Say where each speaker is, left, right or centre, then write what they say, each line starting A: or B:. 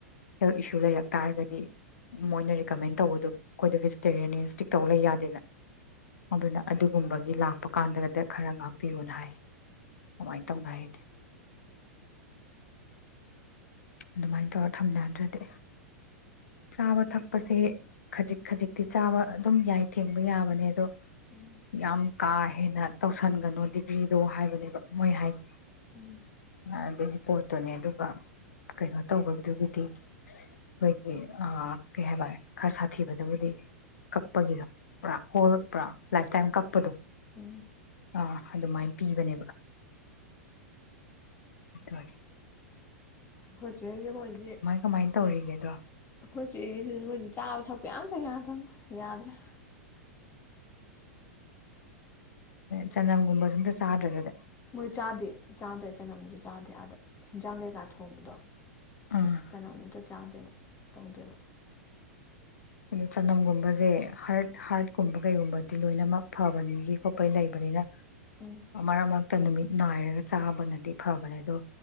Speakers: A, on the left; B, on the left.
A: ꯍꯦꯜꯊ ꯏꯁꯨ ꯂꯩꯔꯛ ꯇꯥꯔꯒꯗꯤ ꯃꯣꯏꯅ ꯔꯤꯀꯃꯦꯟ ꯇꯧꯕꯗꯣ ꯑꯩꯈꯣꯏꯗ ꯚꯦꯖꯤꯇꯦꯔꯤꯌꯥꯟꯅꯦ ꯁ꯭ꯇꯤꯛ ꯇꯧ ꯂꯩ ꯌꯥꯗꯦꯅ ꯑꯗꯨꯅ ꯑꯗꯨꯒꯨꯝꯕꯒꯤ ꯂꯥꯛꯄ ꯀꯥꯟꯗꯒꯗ ꯈꯔ ꯉꯥꯛꯄꯤꯌꯣꯅ ꯍꯥꯏ ꯑꯃꯥꯏꯅ ꯇꯧꯅꯔꯦ ꯑꯩꯗꯤ ꯑꯗꯨꯃꯥꯏꯅ ꯇꯧꯔꯦ ꯊꯝꯅꯗ꯭ꯔꯗꯤ ꯆꯥꯕ ꯊꯛꯄꯁꯦ ꯈꯖꯤꯛ ꯈꯖꯤꯛꯇꯤ ꯆꯥꯕ ꯑꯗꯨꯝ ꯌꯥꯏ ꯊꯦꯡꯕ ꯌꯥꯕꯅꯦ ꯑꯗꯣ
B: ꯎꯝ
A: ꯌꯥꯝ ꯀꯥ ꯍꯦꯟꯅ ꯇꯧꯁꯟꯒꯅꯨ ꯗꯤꯒ꯭ꯔꯤꯗꯣ ꯍꯥꯏꯕꯅꯦꯕ ꯃꯣꯏ ꯍꯥꯏꯁꯦ
B: ꯎꯝ
A: ꯑ ꯑꯗꯨꯒꯤ ꯄꯣꯠꯇꯨꯅꯦ ꯑꯗꯨꯒ ꯀꯩꯅꯣ ꯇꯧꯕꯗꯨꯒꯤ ꯑꯩꯈꯣꯏꯒꯤ ꯑ ꯀꯩ ꯍꯥꯏꯕ ꯈꯔ ꯁꯥꯊꯤꯕꯗꯕꯨꯗꯤ ꯀꯛꯄꯒꯤꯗꯣ ꯄꯨꯔꯥ ꯍꯣꯜ ꯄꯨꯔꯥ ꯂꯥꯏꯐ ꯇꯥꯏꯝ ꯀꯛꯄꯗꯣ
B: ꯎꯝ
A: ꯑꯥ ꯑꯗꯨꯃꯥꯏꯟ ꯄꯤꯕꯅꯦꯕ ꯑꯗꯨꯅꯦ
B: ꯑꯩꯈꯣꯏ ꯆꯦꯁꯦ ꯃꯣꯏꯗꯤ
A: ꯀꯃꯥꯏꯅ ꯇꯧꯔꯤꯒꯦꯗꯣ
B: ꯑꯩꯈꯣꯏ ꯆꯦꯒꯤꯁꯤ ꯃꯣꯏꯗꯤ ꯆꯥꯕ ꯊꯛꯄ ꯑꯝꯇ ꯌꯥꯗꯝꯅꯤ ꯌꯥꯗ꯭ꯔꯦ
A: ꯆꯅꯝꯒꯨꯝꯕꯖꯨ ꯑꯝꯇ ꯆꯥꯗ꯭ꯔꯦ ꯑꯗꯨꯗꯤ
B: ꯃꯣꯏ ꯆꯥꯗꯦ ꯆꯥꯗꯦ ꯆꯅꯝꯖꯨ ꯆꯥꯗꯦ ꯑꯥꯗ ꯍꯤꯟꯖꯥꯡ ꯀꯩꯀꯥ ꯊꯣꯡꯕꯗꯣ
A: ꯎꯝ
B: ꯆꯅꯝ ꯑꯝꯇ ꯆꯥꯗꯦꯕ ꯇꯧꯗꯦꯕ
A: ꯑꯗꯨ ꯆꯅꯝꯒꯨꯝꯕꯖꯦ ꯍꯥꯔꯠ ꯍꯥꯔꯠꯀꯨꯝꯕ ꯀꯩꯒꯨꯝꯕꯗꯤ ꯂꯣꯏꯅꯃꯛ ꯐꯕꯅꯤꯒꯤ ꯈꯣꯠꯄꯩ ꯂꯩꯕꯅꯤꯅ
B: ꯎꯝ
A: ꯃꯔꯛ ꯃꯔꯛ ꯇ ꯅꯨꯃꯤꯠ ꯅꯥꯏꯔꯒ ꯆꯥꯕꯅꯗꯤ ꯐꯕꯅꯦ ꯑꯗꯣ